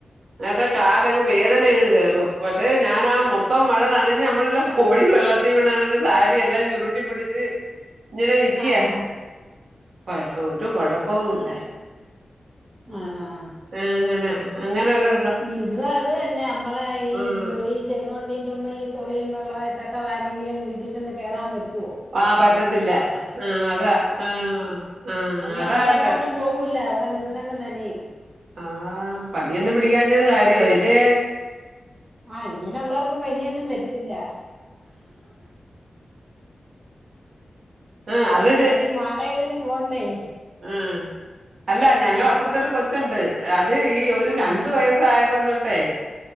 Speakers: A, on the right; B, on the right.
A: ട്ടാ കാലങ്ങ് വേദന അങ്ങ് കേറു പക്ഷേ ഞാനൻാ മൊത്തം മഴ നനഞ്ഞ് നമ്മള കോഴി വെള്ളത്തി വീണാണെങ്കിൽ സാരിയെല്ലാം ചുരുട്ടിപ്പിടിച്ച് ഇന്നലെ നിക്കിയാ
B: ആഹ്
A: പക്ഷെ ഒരു കൊഴപ്പവല്ലായി
B: ആഹ ആ
A: ആഹ് അങ്ങനെ അങ്ങനെരു
B: ഇത് അത് തന്നെ നമ്മളെ ഈ
A: ആഹ്
B: ജോലി ചെയ്തൊണ്ടിരിക്കുമ്പോ ഈ തുളിയും വെള്ളമായിട്ടൊക്കെ ആരെങ്കിലും വീട്ടിൽ ചെന്ന് കേയറാ പറ്റുവോ
A: ആഹ് പറ്റത്തില്ല ആഹ് അതാ ആഹ് ആഹ്
B: അതുകൊണ്ട്
A: അതാ
B: നമ്മളെങ്ങോട്ടും
A: എറെ
B: പോവൂല്ല അവിടെ നിന്നെങ്ങും നനെയും
A: ആഹ പനിയൊന്നും പിടിക്കാഞ്ഞത് കാര്യോല്ലേ
B: ഉം ആഹ് ഇങ്ങനെുള്ളവർക്ക് പനിയൊന്നും വരത്തില്ല
A: ആ അത്
B: കാര്യം നാളെ ഏതിനും പോണ്ടേ
A: ആഹ് അല്ല ഞങ്ങ
B: ആഹ്
A: അപ്പുറത്തൊ ഒരു കൊച്ചുണ്ട് അത് ഈ ഒരു
B: ആഹ്
A: രണ്ട വയസ്സായപ്പോ തോട്ടെ